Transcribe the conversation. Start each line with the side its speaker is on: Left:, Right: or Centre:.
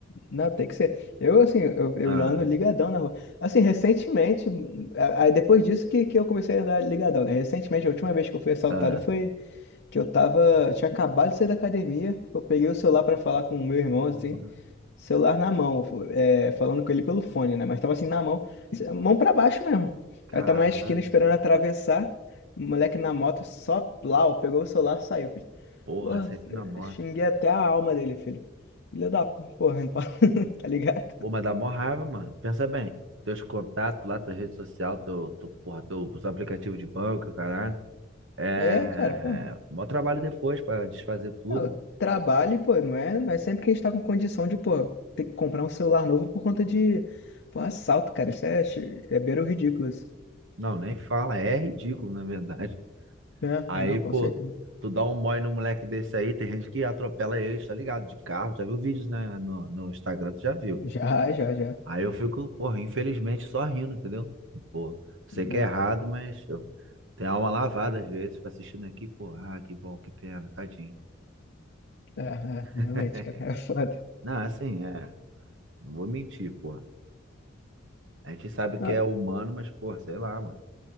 Left: Não, tem que ser. Eu, assim, eu, eu
Right: Ah.
Left: ando ligadão na rua. Assim, recentemente, a- a- depois disso que, que eu comecei a andar ligadão, né? Recentemente, a última vez que eu fui assaltado
Right: Ah,
Left: foi que eu tava, tinha acabado de sair da academia, eu peguei o celular pra falar com o meu irmão,
Right: Porra,
Left: assim, celular na mão, é, falando com ele pelo fone, né? Mas tava assim, na mão, assim, mão pra baixo mesmo.
Right: caralho.
Left: Eu tava na esquina esperando atravessar, o moleque na moto, só plau, pegou o celular, saiu, filho.
Right: Porra,
Left: Porra,
Right: sempre na moto.
Left: xinguei até a alma dele, filho. Filho da porra, <laughs> tá ligado?
Right: Pô, mas dá mó raiva, mano. Pensa bem. Teus contatos lá, tua rede social, teu, teu, porra, teus aplicativos de banco, caralho. É.
Left: É, cara, pô,
Right: Mó trabalho depois pra desfazer tudo.
Left: ah, trabalho, pô, não é, não é sempre que a gente tá com condição de, pô, ter que comprar um celular novo por conta de, pô, assalto, cara, isso é, chi- é beira o ridículo, isso.
Right: Não, nem fala. É ridículo, na verdade. <laughs>
Left: É,
Right: Aí,
Left: não, com
Right: pô,
Left: certeza.
Right: tu dá um mói num moleque desse aí, tem gente que atropela eles, tá ligado? De carro. Já viu vídeos, né, no, no Instagram, tu já viu.
Left: Já, já, já.
Right: Aí eu fico, porra, infelizmente só rindo, entendeu? Pô, sei
Left: Não,
Right: que é errado, mas eu tenho a alma lavada às vezes, fico assistindo aqui, pô, ah, que bom, que pena, tadinho.
Left: é, é,
Right: <laughs>
Left: realmente, cara, <laughs> é foda.
Right: Não, assim, é, não vou mentir, pô. A gente sabe que
Left: Não,
Right: é humano, mas, pô, sei lá, mano.